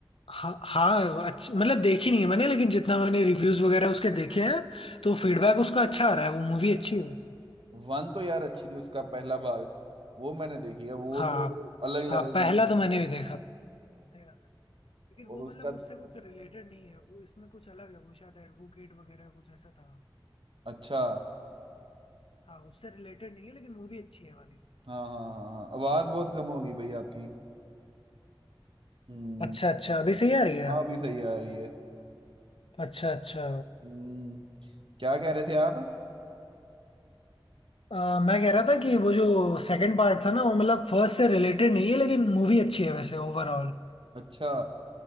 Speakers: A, on the left (about 85°); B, on the right (about 70°).
A: हाँ हाँ अच्छा मतलब देखी नहीं है मैंने लेकिन जितना मैंने रिव्यूज वगैरह उसके देखे हैं तो फीडबैक उसका अच्छा आ रहा है वो मूवी अच्छी है वैसे।
B: वन तो यार अच्छी थी उसका पहला भाग वो मैंने देखी है वो
A: हाँ
B: तो अलग
A: हाँ
B: लेवल
A: पहला
B: की मूवी
A: तो मैंने भी देखा सही बात है। लेकिन
B: और
A: वो
B: उसका
A: मतलब उससे कुछ रिलेटेड नहीं है वो इसमें कुछ अलग है वो शायद एडवोकेट वगैरह कुछ ऐसा था
B: अच्छा
A: हाँ उससे रिलेटेड नहीं है लेकिन मूवी अच्छी है वाली
B: हाँ हाँ हाँ हाँ आवाज बहुत कम होगी भाई आपकी हम्म
A: अच्छा अच्छा अभी सही आ रही है
B: हाँ अभी सही आ रही है
A: अच्छा अच्छा
B: हम्म, क्या कह रहे थे आप
A: अ, मैं कह रहा था कि वो जो सेकंड पार्ट था ना वो मतलब फर्स्ट से रिलेटेड नहीं है लेकिन मूवी अच्छी है वैसे ओवरऑल
B: अच्छा